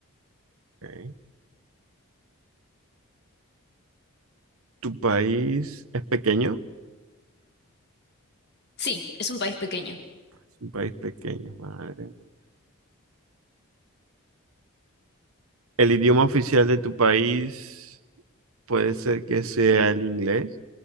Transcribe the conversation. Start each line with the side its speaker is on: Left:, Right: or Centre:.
Right: ok. Tu país es pequeño.
Left: Sí, es un país pequeño.
Right: Es un país pequeño, madre. mía. El idioma oficial de tu país puede ser que sea el inglés.